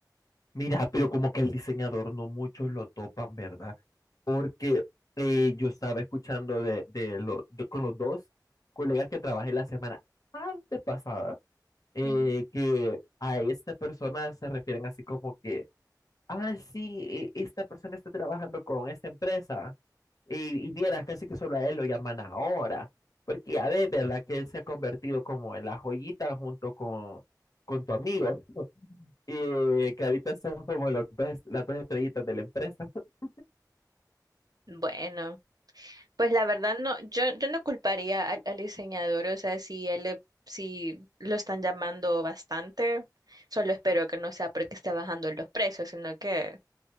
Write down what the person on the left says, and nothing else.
Mira, pero como que el diseñador no muchos lo topan, ¿verdad? Porque eh, yo estaba escuchando de, de, lo- de- con los dos colegas que trabajé la semana antepasada, eh,
que a esta persona se refieren así como que, ah, sí, e- esta persona está trabajando con esta empresa. Y, y vieras casi que solo a él lo llaman ahora, porque ya ves, ¿verdad? Que él se ha convertido como en la joyita junto con, con tu amigo, <laughs> y que ahorita son como los dos, las dos estrellitas de la empresa. <laughs>